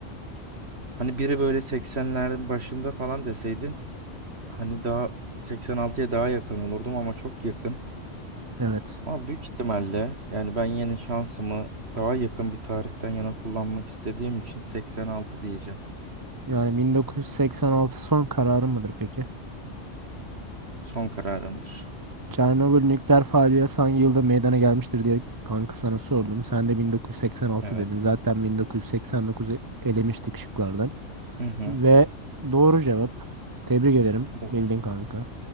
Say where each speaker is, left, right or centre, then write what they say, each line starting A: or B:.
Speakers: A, on the right; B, on the right.
A: Hani biri böyle 80'lerin başında falan deseydin Hani daha 86'ya daha yakın olurdum ama çok yakın.
B: Evet.
A: Ama büyük ihtimalle yani ben yine şansımı daha yakın bir tarihten yana kullanmak istediğim için 86 diyeceğim.
B: Yani 1986 son kararı mıdır peki?
A: Son kararımdır.
B: Çernobil nükleer faciası hangi yılda meydana gelmiştir diye kanka sana sordum. Sen de 1986
A: Evet.
B: dedin. Zaten 1989'u elemiştik şıklardan.
A: Hı hı.
B: Ve doğru cevap. Tebrik ederim.
A: Oh,
B: Bildin kanka.